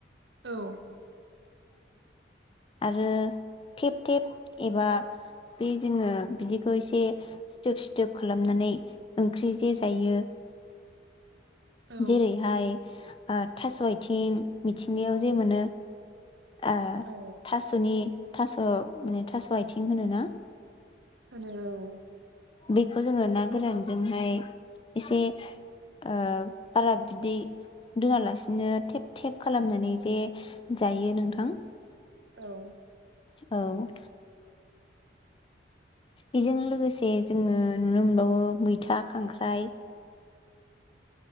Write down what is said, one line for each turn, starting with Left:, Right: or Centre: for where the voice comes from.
Right: औ।
Left: आरो थेब थेब एबा बे जोङो बिदिखौ एसे सिथोब सिथोब खालामनानै ओंख्रि जे जायो।
Right: औ
Left: जेरैहाय थास' आथिं मिथिंगायाव जे मोनो ओ
Right: औ
Left: थास'नि थास' माने थास' आथिं होनो ना।
Right: होनो औ।
Left: बेखौ जोङो ना गोरानजोंहाय एसे ओ बारा बिदै दोनालासिनो थेब थेब खालामनानै जे जायो हायो नोंथां।
Right: औ।
Left: औ। बेजों लोगोसे जोङो नुनो मोनबावो मैथा खांख्राइ।